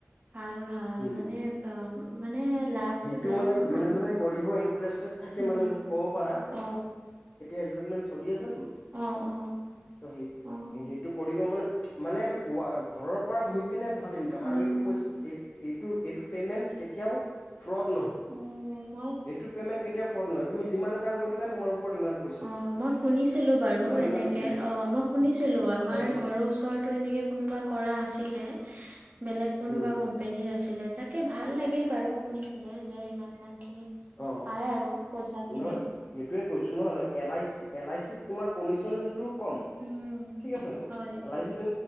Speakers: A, on the right; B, on the left.
A: ভাল ভাল
B: উম
A: মানে, মানে মা লাভটো। বেয়া
B: তোমালোক
A: নহয়
B: জোন
A: আৰু
B: জোন কৰিব ইণ্টাৰেষ্টটেড থাকে
A: উম,
B: মানে মোক কব পাৰা।
A: অ
B: এইকেইদিন চলিয়ে আছে তুমি
A: অ অ
B: সেই-সেইটো
A: অ
B: কৰিবা মানে। মানে এইটো, ঘৰৰ পৰা বহি। পিনে ভাল ইনকাম,
A: উম
B: আৰু এইটো পইচ এই। এইটো, এইটো পেমেন্ট কেতিয়াও ফ্ৰড নহয়। এইটো
A: উম মই
B: পেমেণ্ট কেতিয়া। ফ্ৰদ নহয়, তুমি যিমান কাম কৰিবা তোমাৰ। ওপৰত ইমান পইচা
A: অ'
B: দিব
A: মই শুনিছিলো বাৰু
B: তোমাৰ
A: এনেকে।
B: ইমান পেমেন্ট
A: অ' মই শুনিছিলো,
B: উম,
A: আমাৰ
B: হয় এইটো
A: ঘৰৰ ওচৰতো এনেকে কোনোবা কৰা আছিলে। বেলেগ কোনোবা
B: উম,
A: কোম্পেনীৰ আছিলে। তাকে ভাল লাগিল। বাৰু শুনি
B: উম,
A: কিনে যে ইমান। ইমানখিনি।
B: অ',
A: পাই আৰু। পইচা খিনি
B: নহয়, সেইটোয়ে কৈছো ন নহ। L I C L I চিত তোমাৰ কমিশন টো কম,
A: উম
B: ঠিক আছে
A: হয়
B: এল আই চিটো